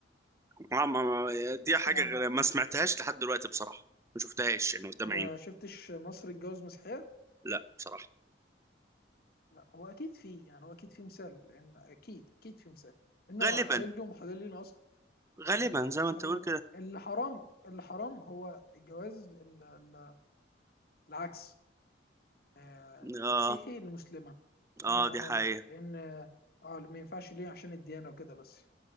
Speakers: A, on the right (about 15°); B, on the left (about 50°).
A: ما- ما- ما- دي
B: بس
A: حاجة
B: طبعا
A: غ- ما سمعتهاش لحد دلوقتي بصراحة ما شفتهاش يعني قدام عيني
B: ما شفتش مصر اتجوز مسيحية؟
A: لا بصراحة
B: لا هو أكيد فيه يعني هو أكيد فيه مثال لأن أكيد أكيد فيه مثال لأن هو
A: غالبا
B: حلال لهم وحلال لنا أصلا
A: غالبا
B: يعني
A: زي
B: هو مش
A: ما انت
B: حرام
A: تقول
B: ليه
A: كده
B: اللي حرام اللي حرام هو الجواز ال- ال- العكس آه،
A: اه
B: مسيحي لمسلمة
A: اه
B: هنا
A: دي
B: هنا
A: حقيقة
B: لا لأن اه ما ينفعش ليه عشان الديانة وكده بس